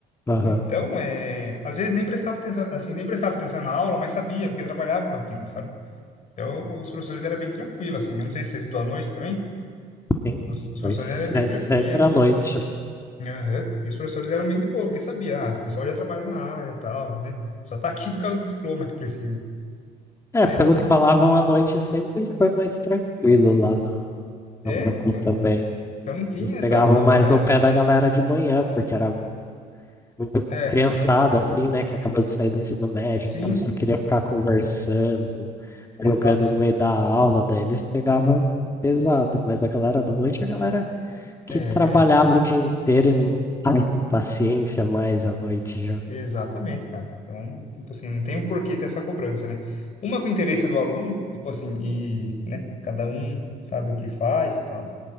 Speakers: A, on the left; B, on the left.
A: Aham,
B: Então, é, às vezes nem prestava atenção, assim, nem prestava atenção na aula, mas sabia, porque trabalhava com aquilo, sabe? Então, os professores eram bem tranquilos, assim. Eu não sei se você estudou à noite também.
A: sim.
B: Os, os professores
A: Pois
B: eram bem
A: é
B: tranquilos.
A: sempre à noite.
B: Aham. E os professores eram bem de boa, porque sabia, ah, o pessoal já trabalha na área e tal, né? Só tá aqui por causa do diploma que precisa.
A: É,
B: Mas
A: pelo
B: eu...
A: que falavam, à noite sempre foi mais tranquilo lá na,
B: É,
A: na Procon
B: então.
A: também.
B: Então não tinha
A: Eles pegavam
B: essa cobrança.
A: mais no pé da galera de manhã, porque era muito
B: É,
A: criançada, assim, né? Que acabou de sair do ensino médio,
B: sim,
A: então só queria ficar conversando,
B: exato.
A: jogando no meio da aula, daí eles pegavam pesado. Mas a galera da noite, a galera que
B: É,
A: trabalhava o dia inteiro e não tava com paciência mais à noite já.
B: exatamente, cara. Então, tipo assim, não tem o porquê ter essa cobrança, né? Uma com o interesse do aluno, tipo assim, e, né, cada um sabe o que faz, tal.